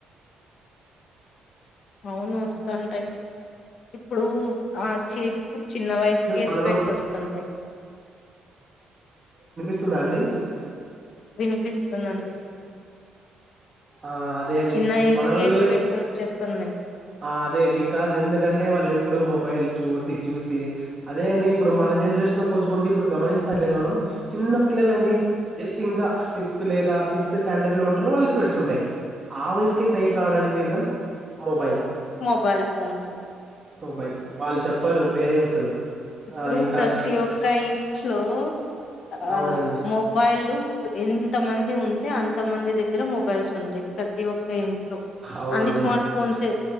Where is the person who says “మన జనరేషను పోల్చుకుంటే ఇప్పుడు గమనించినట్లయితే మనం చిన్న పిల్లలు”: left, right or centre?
Right